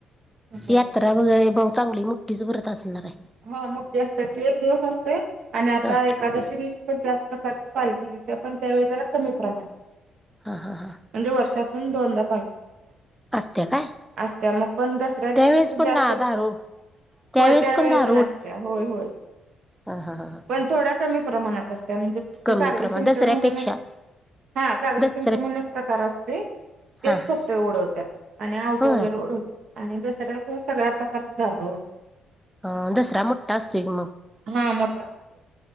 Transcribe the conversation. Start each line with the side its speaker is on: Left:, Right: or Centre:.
Right: तसं आहे
Centre: यात्रा
Right: ते
Centre: वगैरे मग चांगली मुठ्ठीच भरत असणार आहे.
Right: हो मोठी असते ती एक दिवस असत आणि आता
Centre: हा
Right: एकादशी दिवशी पण त्याच प्रकारची पाल्टी निघते पण त्यावेळी जरा कमी प्रमाणात असते
Centre: हा हा हा
Right: म्हणजे वर्षात त दोनदा पालखी निघत्या
Centre: असत्या काय?
Right: असत्या मग पण दसऱ्या दिवशी
Centre: त्यावेेळेस
Right: कसं
Centre: पण
Right: जास्त
Centre: ना धारो त्यावेेळेस
Right: होय त्यावेळी
Centre: पण धा
Right: पण असत्या होय होय,
Centre: हा हा
Right: पण थोड्या कमी प्रमाणात. त्या म्हणजे फक्त
Centre: कमी
Right: कागदी
Centre: प्रमाण
Right: शिंगट
Centre: दसऱ्यापेक्षा
Right: म्हणून एक हा कागदी
Centre: दसऱ्या
Right: शिंगट म्हणून एक प्रकार असतोय. तेच
Centre: हा हा
Right: फक्त ओढवतात आणि आउट
Centre: होय
Right: वगैरे ओढवत आणि दसऱ्या सगळ्या प्रकारच दारोड
Centre: अ दसरा मोट्टा असतो की मग.
Right: हा मोठा असतोय.